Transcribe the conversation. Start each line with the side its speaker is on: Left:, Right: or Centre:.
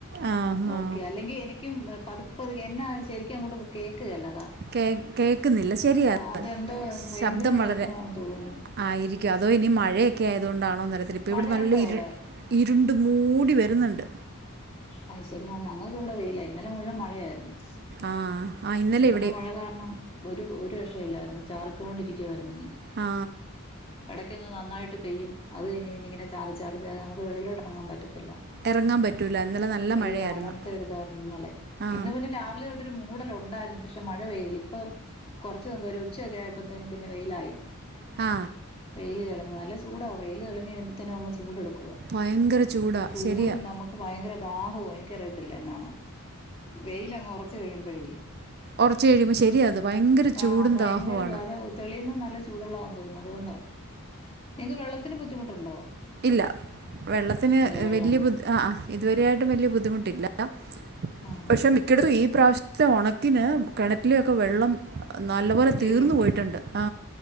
Right: ആ
Left: നോക്കി
Right: ആ
Left: അല്ലെങ്കിൽ എനിക്കും പതുക്ക പതുക്ക എന്നാ ശരിക്കും അങ്ങോട്ട് കേൾക്കുകേല്ല
Right: കേ കേക്ക്ന്നില്ല ശരിയാത്
Left: അതെന്തോ റേഞ്ചിന്റെ
Right: ശബ്ദം വളരെ
Left: പ്രശ്നമാന്ന് തോന്നുന്നു
Right: ആയിരിക്ക് അതോ ഇനി മഴെ ക്കെയായതോണ്ട <unintelligible>
Left: മഴയുണ്ടോ
Right: ഇവിടെ നല്ല ഇര്
Left: അവിടെ
Right: ഇര് ണ്ട് മൂടി വെരുന്ന്ണ്ട്
Left: അത് ശരി ആ ഞങ്ങൾന്ന് ഇവിടെ വെയില ഇന്നലെ മുഴുവൻ മഴയായിരുന്നു
Right: ആ ആ
Left: ഇന്നലെ
Right: ഇവിടെ
Left: മഴ കാരണം ഒരു ഒരു രക്ഷേയില്ലായിരുന്നു ചാറികൊണ്ടിരിക്കുവാരുന്നു ഇങ്ങനെ
Right: ആ
Left: എടക്കൊന്ന് നന്നായിട്ട് പെയ്യും അത് കഴിഞ്ഞ് പിന്നിങ്ങനെ ചാറി ചാറി ചാറി നമുക്ക് വെളിയിലോട്ടേറങ്ങാൻ പറ്റത്തില്ല
Right: ഇറങ്ങാൻ പറ്റൂല ഇന്നലെ നല്ല
Left: ഇല്ല
Right: മഴയായിരുന്നു
Left: അങ്ങനത്തെ ഒരു ഇതായിരുന്നു ഇന്നലെ
Right: ആ
Left: ഇന്ന് പിന്നെ രാവിലെ തൊട്ട് ഒരു മൂടലു ഉണ്ടായിരുന്നു പക്ഷെ മഴ പെയ്തില്ല ഇപ്പൊ കുറച്ച് മുമ്പ് ഒരു ഉച്ചയൊക്കെ ആയപ്പോത്തേനും പിന്നെ വെയിലായി
Right: ആ
Left: വെയില് തെളിഞ്ഞ് നല്ല ചൂടാ വെയില് തെളിഞ്ഞ് കഴിയുമ്പത്തിന് അങ്ങ് ചൂട് എടുക്കും ഒ
Right: ഭയങ്കര ചൂടാ
Left: ചൂടും
Right: ശരിയാ
Left: നമുക്ക് ഭയങ്കര ആഹോ എനിക്കറിയത്തില്ല എന്നാണ് വെയിലങ്ങ് ഒറച് ച്ച് കഴിയുമ്പയെ
Right: ഒറച്ച് കഴിയുമ്പ ശരി അത് ഭയങ്കര ചൂടും
Left: ആഹ് ഭയങ്കര
Right: ദാഹോആണ്
Left: അത് തെളിയുന്ന നല്ല ചൂടല്ല തോന്ന് പോവുന്നതോണ്ട നിങ്ങക്ക് വെള്ളത്തിന് ബുദ്ധിമുട്ടുണ്ടോ
Right: ഇല്ല വെള്ളത്തിന്
Left: ഇല്ല വെള്ളമുണ്ട്
Right: വല്ല്യ ബു അ ആ ഇതു വരെയായിട്ടും വലിയ ബുദ്ധിമുട്ടില്ലല്ലൊ
Left: ആഹ്
Right: പക്ഷെ
Left: ആഹ്
Right: മിക്കേടത്തും ഈ പ്രാവശ്യം ത്തെ ഒണക്കിന് കെണറ്റിലെ ഒക്കെ വെള്ളം നല്ലപോലെ
Left: പറ്റിയിട്ടുണ്ട്
Right: തീർന്നു പോയിട്ടുണ്ട് ആ